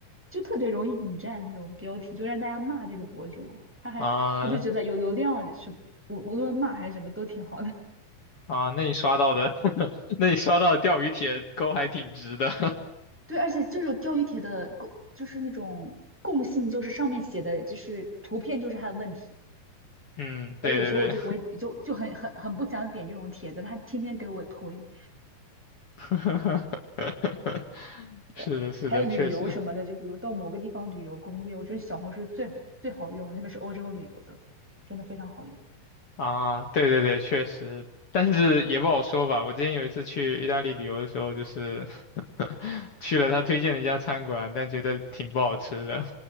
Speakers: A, in the centre; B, on the left.
A: 就特别容易引战那种标题，就让大家骂这个博主。他还他就觉得有流量是无无论骂还是什么都挺好的。
B: 啊啊，那你刷到的，<laughs> 那你刷到的钓鱼帖钩还挺直的，
A: <laughs> 对，而且这种钓鱼帖的共就是那种共性，就是上面写的就是图片就是他的问题。
B: <laughs> 嗯，对对对，
A: 而有时候我就不会，就就很很很不想点这种帖子，他天天给我推。
B: <laughs> 是的是的，
A: 的。还有旅游什么的，
B: 确实。
A: 就比如到某个地方旅游攻略，我觉得小红书是最好最好用的，特别是欧洲旅游的，真的非常好用。
B: 啊，对对对，确实，但是也不好说吧。我之前有一次去意大利旅游的时候，就是 <laughs> 去了他推荐的一家餐馆，但觉得挺不好吃的。